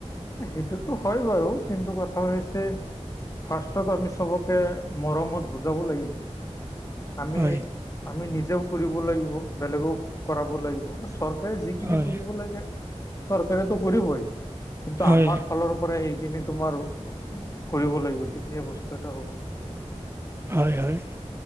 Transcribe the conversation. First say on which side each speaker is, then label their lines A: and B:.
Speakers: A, on the left; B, on the right.
A: এ সেইটোতো হয় বাৰু কিন্তু কথা হৈছে ফাৰ্ষ্টত আমি চবকে মৰমত বুজাব লাগিব। আমি
B: হয়
A: -আমি নিজেও কৰিব লাগিব বেলেগও কৰাব লাগিব আৰু চৰকাৰে যিকিনি
B: হয়
A: কৰিব লাগে চৰকাৰেতো কৰিবই। কিন্তু
B: হয়
A: আমাৰ ফালৰ পৰাই সেইখিনি তোমাৰ কৰিব লাগিব তেতিয়া বস্তু এটা হ'ব।
B: হয়-হয়